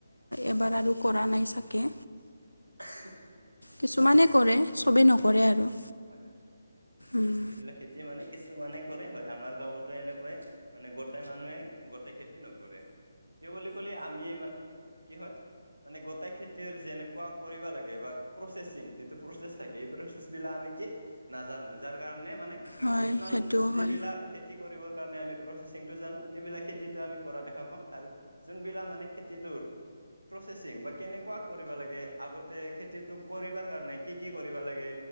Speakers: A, on the left; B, on the right.
A: এবাৰ আৰু কৰা নাই চাগে।
B: <unintelligible>
A: কিছুমানে কৰে। চবেই নকৰে
B: উম,
A: আৰু।
B: হয় হয়।
A: উম।
B: এইবিলাক খেতি মানে কিছুমানে কৰে হয়, আমাৰ গাঁৱতো এনেকুৱাইে। মানে গোটেই মানুহে, গোটেই খেতি নকৰে, কি বুলি কলে আমি কি হয়, মানে গোটেই খেতিৰ যেনেকুৱা কৰিব লাগে বা প্ৰচেচিং, ‌ যিটো প্ৰচেছ থাকে এই প্ৰচেছ বিলাক আমি কি নাজানো, যাৰ কাৰণে মানে
A: হয়
B: কিছুমান
A: সেইটোও
B: যিবিলাক
A: হয়
B: খেতি কৰিব জানে, আমি প্ৰচেচিংটো জানো। এইবিলাক খেতিটো আমি কৰা দেখা পাওঁ আৰু যোনবিলাক মানে খেতিটোৰ প্ৰচেচিং বা কেনেকুৱা কৰিব লাগে আগতে খেতিটো কৰিবাৰ কাৰণে কি কি কৰিবা লাগে